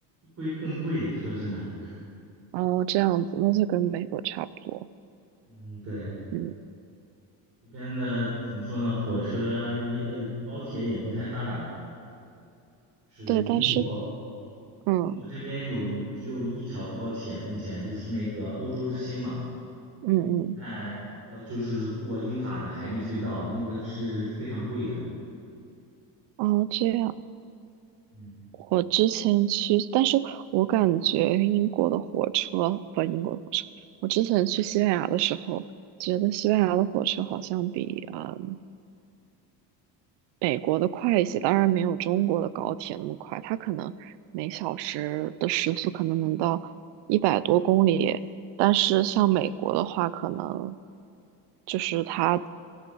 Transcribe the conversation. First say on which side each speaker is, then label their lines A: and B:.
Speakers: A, on the right; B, on the right.
A: 会更贵，说真的。
B: 哦这样子，那就跟美国差不多。
A: 嗯，对，
B: 嗯，
A: 这边的怎么说呢？火车也，呃，高铁也不太发达吧。是英国，
B: 对，但是嗯
A: 英国这边有只有一条高铁，目前就是那个欧洲之星嘛。那个我看要就是过英法的海底隧道，
B: 嗯嗯，
A: 那个是非常贵的。
B: 哦这样。
A: 嗯。
B: 我之前去，但是我感觉英国的火车不，英国的火车，我之前去西班牙的时候，觉得西班牙的火车好像比嗯美国的快一些，当然没有中国的高铁那么快，它可能每小时的时速可能能到一百多公里，但是像美国的话，可能就是它